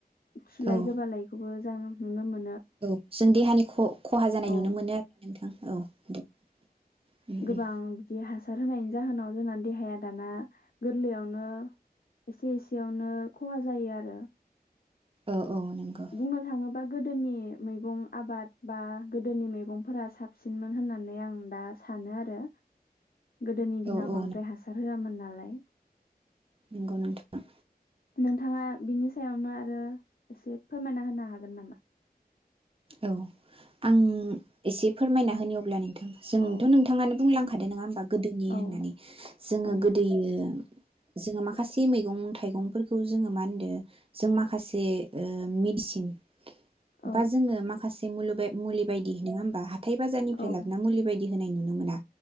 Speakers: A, on the left (about 65°); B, on the right (about 35°).
A: खिलाय
B: औ
A: गोबालायखौबो मोजां नुनो मोनो
B: औ जों देहानि खहा जानाय
A: औ
B: नुनो मोनो आरोना नोंथां औ दे उम
A: गोबां
B: उम
A: बिदि हासार होनायनि जाहोनाव जोंना देहाया दाना गोरलैयावनो एसे एसेयावनो खहा जायो आरो
B: औ औ नोंगौ।
A: बुंनो थाङोबा गोदोनि मैगं आबाद बा गोदोनि मैगं फोरा साबसिनमोन होननानै आं दा सानो आरो। गोदोनि
B: औ
A: दिनाव
B: औ
A: बांद्राय हासार होआमोन नालाय
B: नोंगौ नोंथां।
A: नोंथाङा बिनि सायावनो आरो आरो एसे फोरमायना होनो हागोन नामा?
B: औ आं एसे फोरमायना होनि अब्ला नों जोंथ'
A: औ
B: नोंथाङानो बुंलांखा थादों नङा होनबा? गोदोनि
A: औ
B: होननानै जोङो
A: औ
B: गोदोयो जोङो माखासे मैगं थाइगंफोरखौ जोङो मा होनदो जों माखासे ओ मेडिसिन बा
A: औ।
B: जोङो माखासे मुलि बायदि नङा होमबा हा हाथाइ बाजारनिफ्राय
A: औ
B: लाबोना मुलि बायदि होनाय नु नुनो मोना।